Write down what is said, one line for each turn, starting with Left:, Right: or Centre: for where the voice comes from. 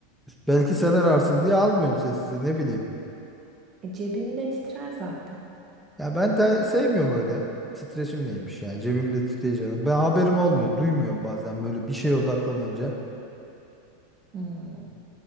Centre: Belki sen ararsın diye almıyorum sessize ne bileyim.
Right: E, cebinde titrer zaten.
Centre: Ya ben te- sevmiyorum öyle. Titreşim neymiş ya cebimde titreyeceğim. Ben haberim olmuyor duymuyorum bazen böyle bir şeye odaklanınca.
Right: Hmm.